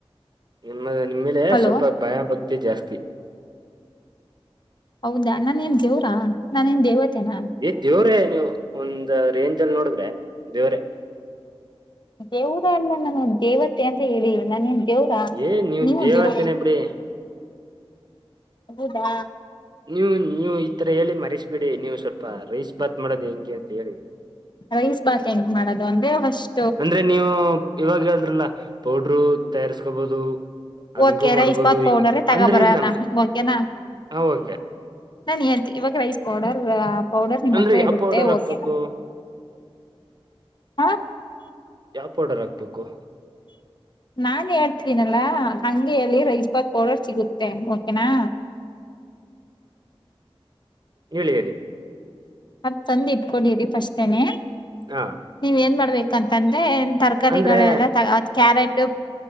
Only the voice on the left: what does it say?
ಹಲೋ
ಹೌದಾ ನಾನ ಏನ್ ದೇವ್ರಾ ನಾನೇನ್ ದೇವತೆೇನಾ.
ದೇವರ ಅಲ್ಲ ನಾನ್ ದೇವತೆ ಅಂತ ಹೇಳಿ ನಾನೇನ್ ದೇವರಾ
ನೀವು
ದೇವರ
ಹೌದಾ
ರೈಸ್ ಬಾತ್ ಹೆಂಗ್ ಮಾಡೋದು ಅಂದ್ರೆ ಹೊಷ್ಟ.
ಓಕೆ
ರೈಸ್ ಬಾತ್ ಪೌಡರೇ
ತಗೋಬರೋಣ
ಓಕೆನಾ
ನಾನ್ ಇವಾಗ ರೈಸ್ ಪೌಡರ್ ಪೌಡರ್ ನಿಮ್ಮ
ಹತ್ರ
ಇರುತ್ತೆ
ಓಕೆ ಹ
ನಾನ್ ಹೇಳ್ತೀದಿನಲ್ಲಾ ಹಂಗೆ ಹೇಳಿ ರೈಸ್ ಭಾತ್ ಪೌಡರ್ ಸಿಗುತ್ತೆ ಓಕೆನಾ
ಅದ ತಂದ್ ಇಟ್ಕೊಂಡಿರಿ ಫಸ್ಟೇನೆ.
ನೀವ್ ಏನ್ ಮಾಡಬೇಕ ಅಂತಂದ್ರೆ ಏನ್ ತರ. ತರ್ಕಾರಿಗಳೆಲ್ಲ
ತಗ ಅದ ಕ್ಯಾರೆಟ್